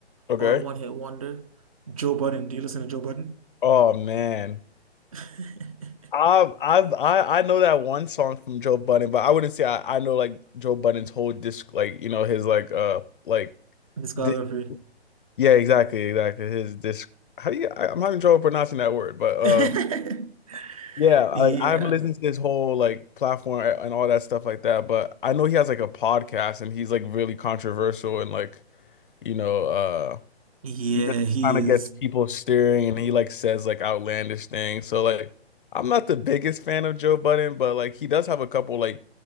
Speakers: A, on the left; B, on the right.
A: Okay.
B: or a one hit wonder. Joe Budden. Do you listen to Joe Budden?
A: Oh man.
B: <laughs>
A: I've I've I, I know that one song from Joe Budden, but I wouldn't say I, I know like Joe Budden's whole disc like you know his like uh like
B: Discography.
A: di yeah exactly exactly his disc how do you I, I'm having trouble pronouncing that word but
B: <laughs>
A: um yeah like
B: Yeah,
A: I haven't listened to his whole like platform a- and all that stuff like that but I know he has like a podcast and he's like really controversial and like you know uh,
B: yeah,
A: he just
B: he
A: kind
B: is.
A: of gets people staring and he like says like outlandish things. So like I'm not the biggest fan of Joe Budden, but like he does have a couple like